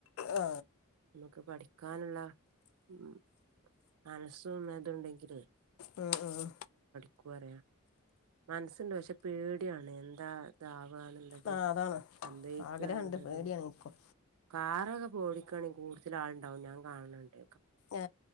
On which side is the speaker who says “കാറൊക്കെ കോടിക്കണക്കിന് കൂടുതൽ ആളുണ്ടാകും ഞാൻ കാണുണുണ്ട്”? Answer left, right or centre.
Right